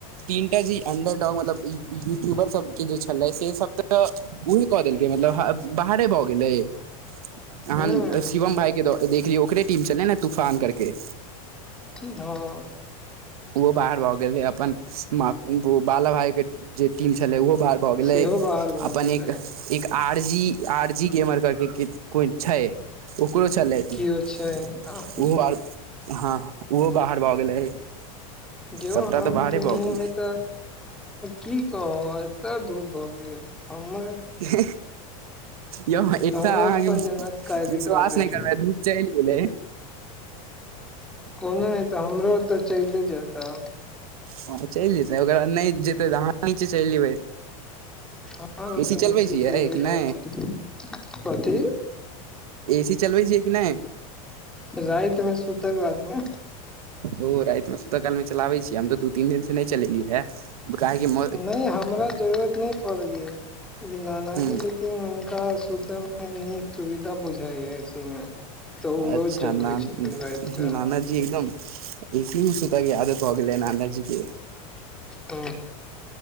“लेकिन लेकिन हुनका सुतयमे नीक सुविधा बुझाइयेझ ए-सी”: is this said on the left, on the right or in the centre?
Centre